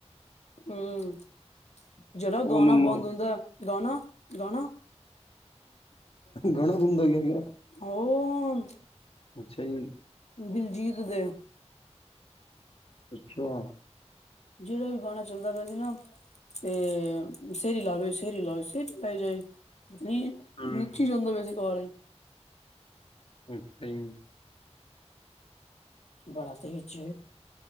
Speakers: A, on the left; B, on the left.
A: ਹੂੰ ਜਿਹੜਾ
B: ਉਹਨੂੰ
A: ਗਾਣਾ ਬੰਦ ਹੁੰਦਾ ਗਾਣਾ ਗਾਣਾ,
B: ਗਾਣਾ ਬੰਦ ਹੋ ਗਿਆ ਹੋਣਾ,
A: ਉਹ
B: ਅੱਛਾ ਜੀ
A: ਦਿਲਜੀਤ ਦੇ,
B: ਅੱਛਾ,
A: ਜਿਹੜਾ ਵੀ ਗਾਣਾ ਚੱਲਦਾ ਪਿਆ ਸੀ ਨਾ, ਤੇ ਸਰੀ ਲਾਵੇ, ਸਰੀ ਲਏ ਸਰੀ ਹਿਲਾਈ ਜਾਏ ਨਹੀਂ
B: ਹੂੰ
A: ਨੱਚੀ ਜਾਂਦੇ ਸੀ ਸਾਰੇ <unintelligible>
B: ਅੱਛਾ ਜੀ
A: ਬੜਾ ਤੇਜ਼ ਚ